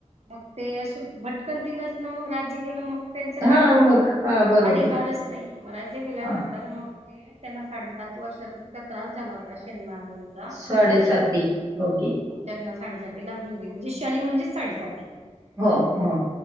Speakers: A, on the right (about 60°); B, on the right (about 30°).
A: मग ते असे भटकंतीलाच ना मग राज्य गेलं मग. त्यांचं
B: हा
A: काय तिथं
B: मग हा बरोबर.
A: अधिकारच नाही, मग राज्य गेल्यानंतर
B: हां,
A: मग. ते त्यांना साडेसात वर्षात इतका त्रास झाला होता शनी महाराजां
B: साडेसाती ओके
A: त्यांना साडेसाती लागली होती म्हणजे शनी म्हणजेच साडेसाती
B: हो हो